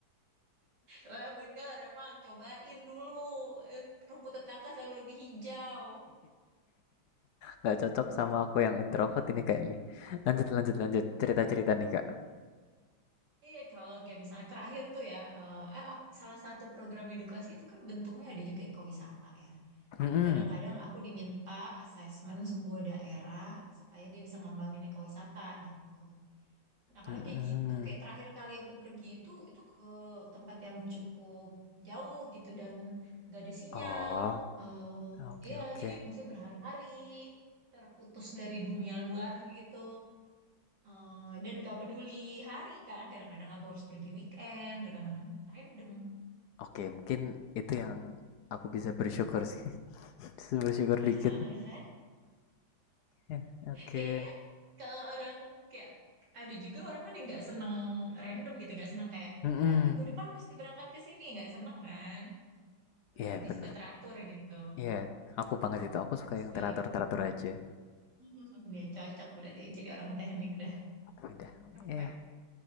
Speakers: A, on the right (about 55°); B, on the left (about 70°).
A: wah bener emang cobain dulu Eh, rumput tetangga selalu lebih hijau
B: Nggak cocok sama aku yang introvert ini kayaknya. Lanjut, lanjut, lanjut. Cerita-cerita nih Kak.
A: Iya, kalau kayak misalnya terakhir tuh ya, eh, eh, ak- salah satu program edukasi itu kan bentuknya ada juga ekowisata ya.
B: Mm-mm.
A: Jadi kadang-kadang aku diminta asesmen sebuah daerah supaya dia bisa ngembangin ekowisata gitu. Nah, kalau
B: Mm-mm.
A: kayak gitu, kayak terakhir kali aku pergi itu, itu ke tempat yang cukup jauh gitu dan gak ada sinyal.
B: Oh,
A: eh
B: oke
A: iya,
B: oke.
A: jadi masih berhari-hari terputus dari dunia luar gitu. Eh, dan gak peduli hari kan, kadang-kadang aku harus pergi weekend, kadang-kadang random.
B: Oke, mungkin itu yang aku bisa bersyukur sih. <laughs> Bisa bersyukur
A: <laughs>
B: dikit. Eh, Oke.
A: Kayaknya kalau orang kayak ada juga orang kan yang nggak seneng random gitu, nggak seneng kayak
B: Mm-mm.
A: ah, minggu depan mesti berangkat ke sini, nggak seneng kan?
B: Iya,
A: lebih
B: bener.
A: suka teratur gitu.
B: Iya, aku banget itu. Aku suka
A: Aku
B: yang
A: sebaliknya.
B: teratur-teratur aja.
A: <laughs> Ya cocok berarti jadi orang teknik dah.
B: Udah.
A: Perfect.
B: Iya.